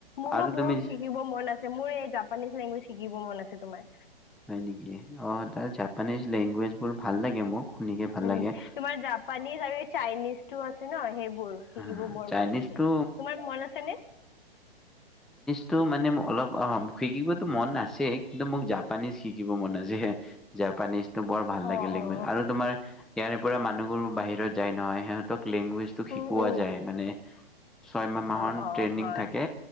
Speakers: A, on the left; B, in the centre.
A: মোৰো
B: আৰু
A: বহু
B: তুমি
A: শিকিব মন আছে। মোৰ এই জাপানিজ লেংগুৱেজ শিকিব মন আছে তোমাৰ।
B: হয় নেকি? অ', তাৰ জাপানীজ লেংগুৱেজ বোৰ ভাল লাগে মোক। শুনিকে ভাল
A: উম,
B: লাগে।
A: তোমাৰ জাপানিজ আৰু এই চাইনিজ টো আছে ন? সেইব বোৰ শিকিবোৰ
B: হা,
A: বৰ
B: চাইনিজটো,
A: মন আছে তোমাৰ মন আছে নে?
B: তো মানে অলপ অ শিকিবতো মন আছে কিন্তু মোক জাপানিজ শিকিব মন আছে। হ জাপানিজ বৰ ভাল লাগিল
A: অ
B: লেংগুৱেজ
A: অ
B: আৰু তোমাৰ ইয়াৰে পৰা মানুহবোৰ বাহিৰত যায় নহয় সিহঁতক লেংগুৱেজ টো শিকোৱা
A: উম উম
B: যায় মানে ছয়মাহ মাহৰ
A: অ', অ',
B: ট্ৰেইনিং
A: হয়।
B: থাকে